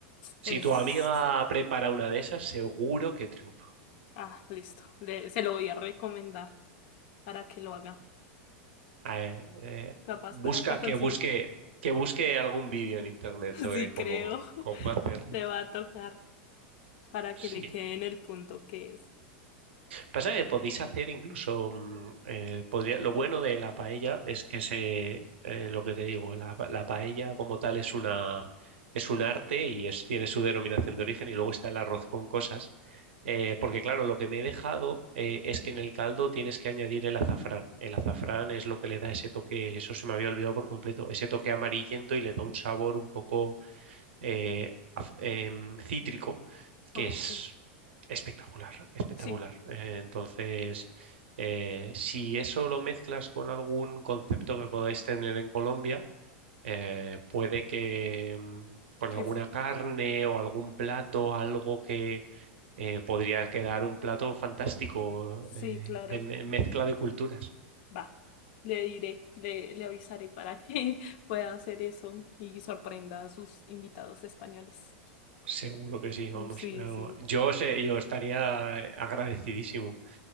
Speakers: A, on the left; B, on the right.
A: Es.
B: Si tu amiga prepara una de esas, seguro que triunfa.
A: Ah, listo. Le- se lo voy a recomendar para que lo haga.
B: Eh, eh,
A: Capaz
B: busca
A: para que
B: que
A: consiga.
B: busque que busque algún vídeo en internet
A: <laughs>
B: sobre
A: Sí,
B: cómo,
A: creo. <laughs>
B: cómo hacerlo.
A: Le va a tocar para
B: Sí.
A: que le quede en el punto que es.
B: Pasa que podéis hacer incluso, mm, eh, podría, lo bueno de la paella es que se, eh, lo que te digo, la, la paella como tal es una, es un arte y es, tiene su denominación de origen y luego está el arroz con cosas. Eh, porque claro, lo que me he dejado eh, es que en el caldo tienes que añadir el azafrán. El azafrán es lo que le da ese toque, eso se me había olvidado por completo, ese toque amarillento y le da un sabor un poco eh, af- em, cítrico,
A: Ah,
B: que es
A: Ok.
B: espectacular, espectacular.
A: Sí,
B: Eh, entonces, eh, si eso lo mezclas con algún concepto que podáis tener en Colombia, eh, puede que mm, con
A: que
B: alguna
A: f-
B: carne o algún plato, algo que eh, podría quedar un plato fantástico
A: sí,
B: eh,
A: claro.
B: de me- mezcla de culturas.
A: Va, le diré, le, le avisaré para que <laughs> pueda hacer eso y sorprenda a sus invitados españoles.
B: Seguro que sí, vamos.
A: Sí,
B: Yo,
A: sí,
B: yo sé, yo estaría eh, agradecidísimo.